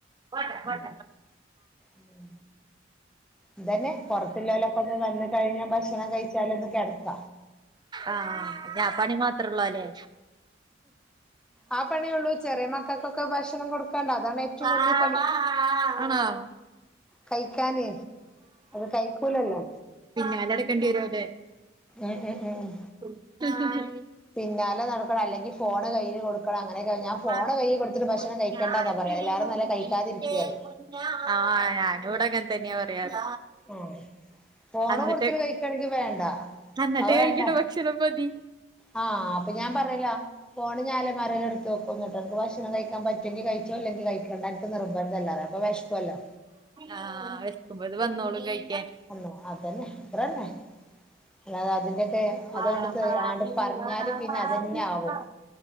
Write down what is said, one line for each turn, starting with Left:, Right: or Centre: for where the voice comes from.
Right: വേണ്ട വേണ്ട
Centre: ഉം ഇതന്നെ പൊറ്ത്തുല്ലോലൊക്കൊന്ന് വന്ന് കഴിഞ്ഞ ഭക്ഷണം കഴിച്ചാലൊന്ന് കെടക്ക
Right: ആഹ് ഇതാ പണി മാത്രൊള്ളു അല്ലെ
Centre: ആഹ് പണിയൊള്ളൂ ചെറിയ മകക്കൊക്കെ ഭക്ഷണം കൊട്ക്കാണ്ട് അതാണ് ഏറ്റവും
Right: ആണോ
Centre: വലിയ പണി കഴിക്കാന് അത് കഴിക്കൂലല്ലൊ
Right: പിന്നാലട്ക്കെണ്ടി വരൊലെ
Centre: ഉം ഉം ഉം
Right: <unintelligible>
Centre: പിന്നാലെ നട്ക്കണം അല്ലെങ്കി ഫോണ് കയ്യില് കൊട് മക്കള അങ്ങനൊക്കെ ഞാൻ ഫോണ്
Right: ആഹ്
Centre: കയ്യി കൊട്ത്തിട്ട് ഭക്ഷണം
Right: കുഞ്ഞാടേനും
Centre: കഴിക്കണ്ടാന്ന പറയ എല്ലാരും നല്ല കഴിക്കാതിരിക്ക്
Right: നിന്റെ
Centre: അറിം
Right: ആഹ് ഞാനു ഇവ്ടെ അങ്ങൻ തന്നെ പറയാറ്
Centre: ഓഹ് ഫോണ്
Right: അന്നിട്ട്
Centre: കൊട്ത്തിട്ട് കഴിക്കാണെങ്കി വേണ്ട
Right: അന്നിട്ട്
Centre: അത്
Right: കഴിക്ക്ണ
Centre: വേണ്ട
Right: ഭക്ഷണം മതി
Centre: ആഹ് അപ്പ ഞാൻ പറയലൊ ഫോണ് ഞാന അലമാറീല് എടുത്ത് വെക്കും ഇന്ന്ട്ട് അനക്ക് ഭക്ഷണം കഴിക്കാ പറ്റൊങ്കി കഴി ഇല്ലെങ്കി കഴിക്കണ്ട എനിക്ക് നിർബന്ധം ഇല്ല അറയ് അപ്പൊ വെഷ്ക്കുവല്ലൊ
Right: ആഹ് വെശ്ക്കുമ്പൊ ഇത് വന്നോളും കഴിക്കാൻ
Centre: അള്ള അതന്നെ ഇത്രന്നെ അല്ലാതെ അതിന്റെയൊക്കെ
Right: വാ
Centre: അതുകണ്ടത്ത്
Right: വാ
Centre: ആണ്ട്
Right: വി
Centre: പറ്ഞ്ഞാല്
Right: വാ
Centre: പിന്നെ
Right: വാ
Centre: അതന്നെ
Right: വി
Centre: ആവും
Right: വാ